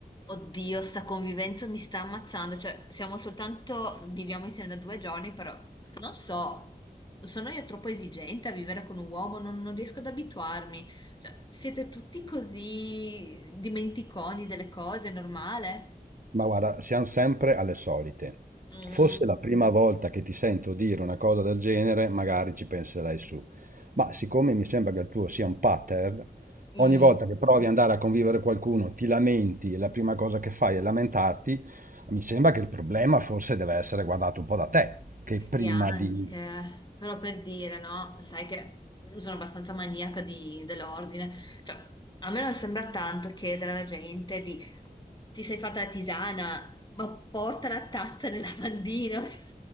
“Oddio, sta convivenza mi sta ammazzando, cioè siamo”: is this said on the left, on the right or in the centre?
Left